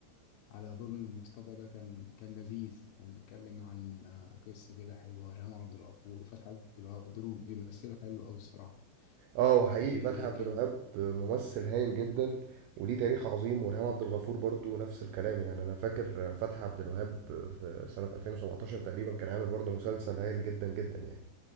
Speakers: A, on the left; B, on the right.
A: على ظلم المصطبة ده كان كان لذيذ كان بيتكلم عن آه، قصة كده حلوة ريهام عبد الغفور وفتحي عبد الغفور بيمثلوا حلو أوي الصراحة
B: اه وحقيقي
A: وكان
B: فتحي عبد الوهاب ممثل هايل جدا وليه تاريخ عظيم وريهام عبد الغفور برضو نفس الكلام يعني انا فاكر فتحي عبد الوهاب في سنه 2017 تقريبا كان عامل برضو مسلسل هايل جدا جدا يعني